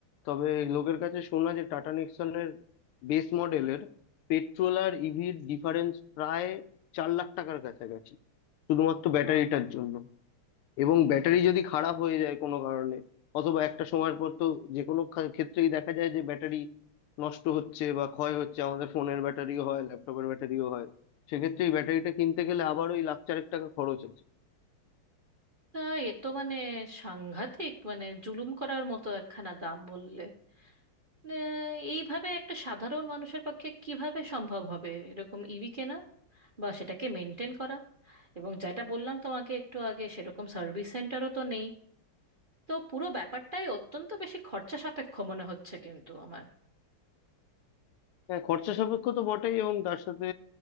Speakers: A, on the left; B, on the right.
A: তবে লোকের কাছে শোনা যে টাটা নেক্সনের বেস মডেলের পেট্রোল আর ইভির ডিফারেন্স প্রায় চার লাখ টাকার কাছাকাছি শুধুমাত্র ব্যাটারিটার
B: আহ,
A: জন্য এবং ব্যাটারি যদি খারাপ হয়ে যায় কোনো কারণে অথবা একটা সময়ের পর তো যে কোনো খা- ক্ষেত্রেই দেখা যায় যে ব্যাটারি নষ্ট হচ্ছে বা ক্ষয় হচ্ছে আমাদের ফোনের ব্যাটারিও হয় ল্যাপটপের ব্যাটারিও হয় সেক্ষেত্রে এই ব্যাটারিটা কিনতে গেলে আবার ওই লাখ চারেক টাকা খরচ আছে
B: তা এ তো মানে সাংঘাতিক মানে জুলুম করার মতো একখানা দাম বললে না, এইভাবে একটা সাধারণ মানুষের পক্ষে কিভাবে সম্ভব হবে এরকম ইভি কেনা বা সেটাকে মেনটেন করা এবং যেটা বললাম তোমাকে একটু আগে সেরকম সার্ভিস সেন্টারও তো নেই তো পুরো ব্যাপারটাই অত্যন্ত বেশি খরচা সাপেক্ষ মনে হচ্ছে কিন্তু আমার
A: হ্যাঁ খরচা সাপেক্ষ তো বটেই এবং তার সাথে